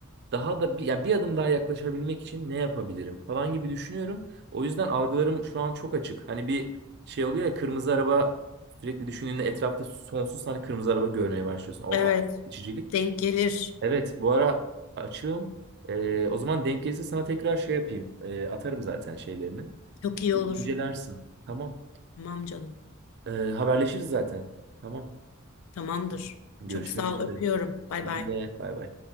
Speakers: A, on the right; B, on the left.
A: daha da bir, yani bir adım daha yaklaşabilmek için ne yapabilirim falan gibi düşünüyorum. O yüzden algılarım şu an çok açık. Hani bir şey oluyor ya kırmızı araba sürekli düşündüğünde etrafta sonsuz tane kırmızı araba görmeye başlıyorsun. O
B: Evet,
A: akıl seçicilik.
B: denk gelir.
A: Evet bu ara açığım. Ee, o zaman denk gelirse sana tekrar şey yapayım. Ee, atarım zaten şeylerini.
B: Çok iyi
A: İncelersin.
B: olur.
A: Tamam.
B: Tamam canım.
A: Ee, haberleşiriz zaten. Tamam.
B: Tamamdır.
A: Görüşmek
B: Çok sağ
A: üzere.
B: ol. Öpüyorum. Bay
A: Ben
B: bay.
A: de bay bay.